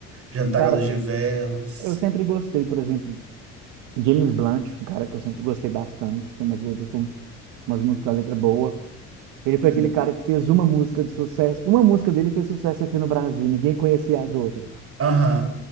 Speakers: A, on the right; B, on the right.
A: jantar
B: Cara,
A: à luz de velas.
B: eu sempre gostei, por exemplo, James Blunt, um cara que eu sempre gostei bastante, tem umas letras com umas músicas com a letra boa. Ele foi
A: Hum.
B: aquele cara que fez uma música de sucesso, uma música dele fez sucesso aqui no Brasil, e ninguém conhecia as outras.
A: Aham,